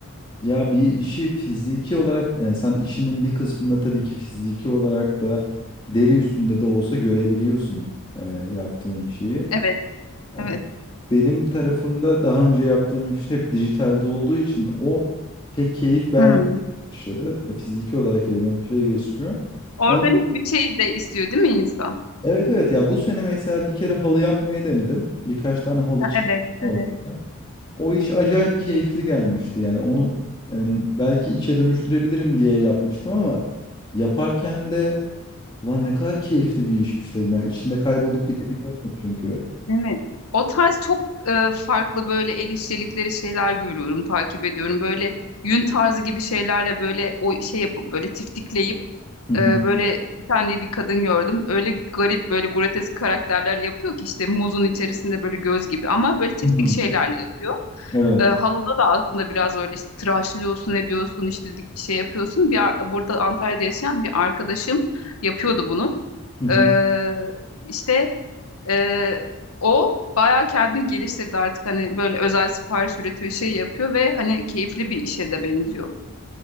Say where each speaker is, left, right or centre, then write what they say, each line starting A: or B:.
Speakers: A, on the left (about 20°); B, on the left (about 80°).
A: Ya bir işi fiziki olarak yani sen işinin bir kısmında tabii ki fiziki olarak da deri üstünde de olsa görebiliyorsun e, yaptığın şeyi.
B: evet
A: Em,
B: evet
A: Benim tarafımda daha önce yaptığım iş hep dijitalde olduğu için o pek keyif vermeye
B: Hmm.
A: başladı. E, fiziki olarak elime bir şey geçmiyor.
B: organik
A: Ama
B: bir şey de istiyor değil mi insan
A: evet evet ya bu sene mesela bir kere halı yapmayı denedim. Birkaç tane halı
B: Ha,
A: çıktı.
B: evet
A: ortaya.
B: evet
A: O iş acayip keyifli gelmişti. Yani onu em, belki işe dönüştürebilirim diye yapmıştım ama yaparken de ulan ne kadar keyifli bir işmiş dedim. Yani içinde kaybolup gidebiliyorsun çünkü.
B: Değil mi? O tarz çok e, farklı böyle el işçilikleri şeyler görüyorum, takip ediyorum. Böyle yün tarzı gibi şeylerle böyle o şey yapıp böyle tiftikleyip
A: Hı
B: e,
A: hı.
B: böyle bir tane bir kadın gördüm. Öyle garip böyle grotesk karakterler yapıyor ki işte muzun içerisinde böyle göz gibi ama böyle tiftik
A: Hı hı.
B: şeylerle yapıyor.
A: Evet.
B: E, halıda da aslında biraz öyle işte tıraşlıyorsun ediyorsun işte dik- şey yapıyorsun. Bir, ar- burada Antalya'da yaşayan bir arkadaşım yapıyordu bunu.
A: Hı hı.
B: E, işte ee, o bayağı kendini geliştirdi artık hani böyle özel sipariş üretiyor şey yapıyor ve hani keyifli bir işe de benziyor.